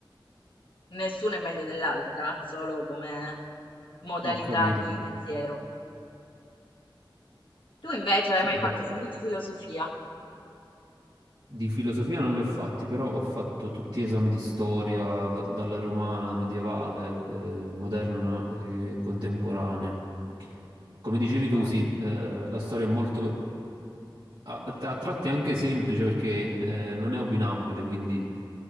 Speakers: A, on the left; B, on the right.
A: Nessuna è meglio dell'altra, solo come modalità
B: ho capito.
A: di pensiero. Tu invece hai
B: Sì,
A: mai
B: vabbè.
A: fatto esami di filosofia?
B: Di filosofia non li ho fatti, però ho fatto tutti gli esami di storia, da- dalla romana, medievale, eh, moderna e contemporanea. Come dicevi tu,
A: Wow.
B: sì, eh, la storia è molto, a, a tratti è anche semplice perché eh, non è opinabile, quindi